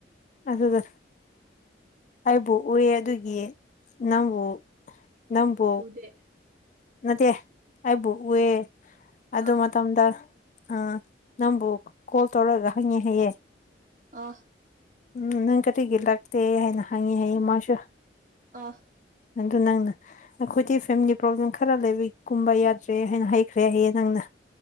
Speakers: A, on the left; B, on the right.
A: ꯑꯗꯨꯒ ꯑꯩꯕꯨ ꯎꯌ‌ꯦ ꯑꯗꯨꯒꯤ ꯅꯪꯕꯨ ꯅꯪꯕꯨ
B: ꯎꯗꯦ
A: ꯅꯠꯇꯦ ꯑꯩꯕꯨ ꯎꯌ‌ꯦ ꯑꯗꯨ
B: ꯑꯥ
A: ꯃꯇꯝꯗ ꯑ ꯅꯪꯕꯨ ꯀꯣꯜ ꯇꯧꯔꯒ ꯍꯪꯉꯦ ꯍꯥꯏꯌꯦ
B: ꯑ
A: ꯎꯝ ꯅꯪ ꯀꯔꯤꯒꯤ ꯂꯥꯛꯇꯦ ꯍꯥꯏꯅ ꯍꯪꯉꯤ ꯍꯥꯏꯌꯦ ꯃꯥꯁꯨ
B: ꯑ
A: ꯑꯗꯨ ꯅꯪꯅ ꯑꯩꯈꯣꯏꯗꯤ ꯐꯦꯃꯤꯂꯤ ꯄ꯭ꯔꯣꯕ꯭ꯂꯦꯝ ꯈ ꯈꯔ ꯂꯩꯕꯒꯤ ꯀꯨꯝꯕ ꯌꯥꯗ꯭ꯔꯦ ꯍꯥꯏꯅ ꯍꯩꯈ꯭ꯔꯦ ꯍꯥꯏꯌꯦ ꯅꯪꯅ